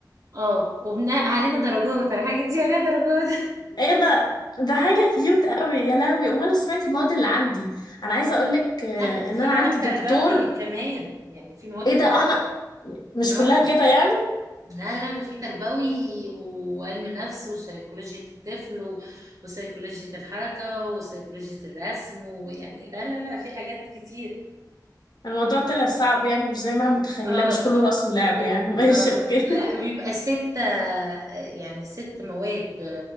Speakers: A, on the right; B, on the left.
A: اه وبناء علينا درجات على الحاجات دي عليها درجات
B: ايه بقى ده حاجة كيوت قوي يا لهوي امال لو سمعتي المواد اللي عندي انا عايزة اقولك
A: <laughs>
B: آه،
A: لا في
B: ان انا
A: مواد
B: عندي
A: تربوي
B: دكتور
A: كمان يعني في مواد
B: ايه ده
A: ده
B: انا مش
A: اه.
B: كلها كده يعني
A: لا لا ده في تربوي وعلم نفس وسيكولوجية الطفل و- وسيكولوجية الحركة وسيكولوجية الرسم ويعني لا لا لا في حاجات كتير
B: الموضوع طلع صعب يعني مش زي ما انا متخيلة
A: اه
B: مش كله
A: هو
B: رأس ولعب
A: بيبقى
B: يعني <laughs> ماشي
A: آه
B: اوكي
A: لا بيبقى ستة آه، يعني ست مواد